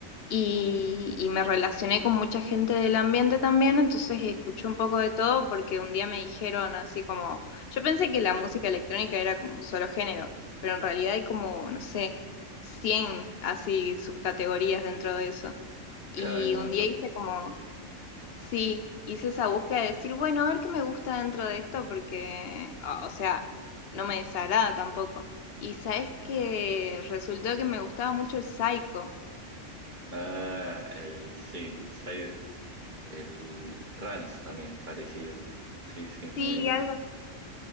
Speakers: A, on the left; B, on the right.
A: y, y me relacioné con mucha gente del ambiente también, entonces escuché un poco de todo porque un día me dijeron así como, yo pensé que la música electrónica era como un solo género, pero en realidad hay como, no sé, 100 así subcategorías dentro de eso. Y
B: Claro, hay un montón.
A: un día hice como, sí, hice esa búsqueda de decir, bueno, a ver qué me gusta dentro de esto porque, o o sea, no me desagrada tampoco. Y sabes que resultó que me gustaba mucho el psycho.
B: Ah, el, sí, side- el trance también es parecido. Sí, sí, es
A: Sí,
B: muy,
A: algo,